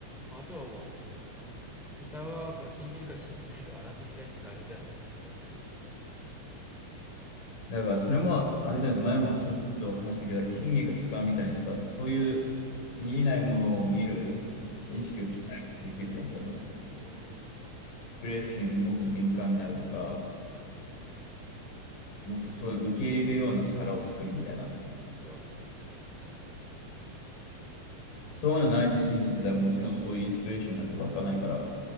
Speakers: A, in the centre; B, on the left (about 90°).
A: あとはもう、歌うか信じるか信じないかはあなた次第って感じだよね、マジで。
B: だからそれも、あれだよね、前もちょっと話したけど、筋肉使うみたいにさ、そういう見えないものを見る意識を鍛えてできるじゃん、
A: うん、
B: 多分。イン
A: うん、うん。
B: スピレーションにもっと敏感になるとか、もっとそういうの受け入れるような皿を作るみたいな。
A: そうだね。
B: そういうのないって信じてたら、もちろんそういうインスピレーションなんて湧かないから、